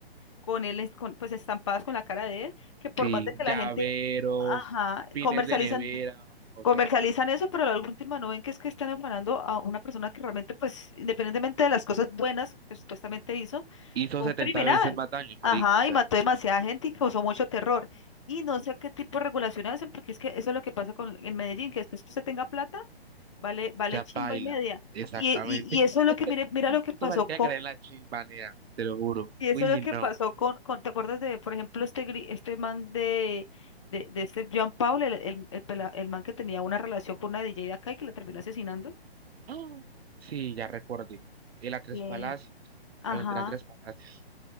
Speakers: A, on the left (about 30°); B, on the right (about 70°).
A: con él, es- con, pues estampadas con la cara de él, que por
B: sí,
A: más de que
B: llaveros,
A: la gente, ajá,
B: pines
A: comercializan.
B: de nevera. O
A: comercializan
B: sea,
A: eso, pero a la última no ven que es que están afanando a una persona que realmente, pues, independientemente de las cosas buenas que supuestamente hizo,
B: hizo
A: fue
B: 70
A: un criminal.
B: veces más daño,
A: Ajá,
B: marica. O sea,
A: y mató demasiada gente y causó mucho terror. Y no sé qué tipo de regulaciones hacen, porque es que eso es lo que pasa con, en Medellín, que después que usted tenga plata, vale, vale
B: ya
A: chimba
B: paila.
A: y media.
B: Exactamente.
A: Y, y, y eso es lo
B: <laughs>
A: que, mire, mira lo que pasó
B: No, marica, que le den la chimbanea, te lo juro.
A: y eso
B: Uy,
A: es lo que
B: no.
A: pasó con, con- ¿te acuerdas de, por ejemplo, este, gri- este man de, de, de este John Paul, el, el, el pela- el man que tenía una relación con una DJ de acá y que la terminó asesinando?
B: Ah, Sí, ya recordé. El a tres
A: Sí.
B: palacios.
A: Ajá.
B: Valentina tres palacios.